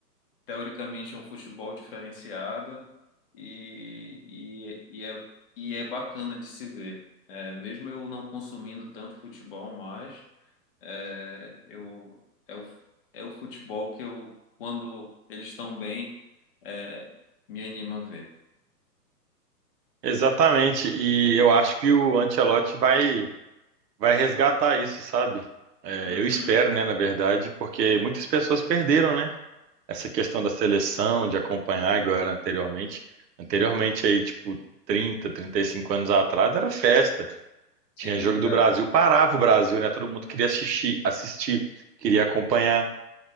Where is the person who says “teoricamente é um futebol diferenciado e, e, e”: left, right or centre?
Left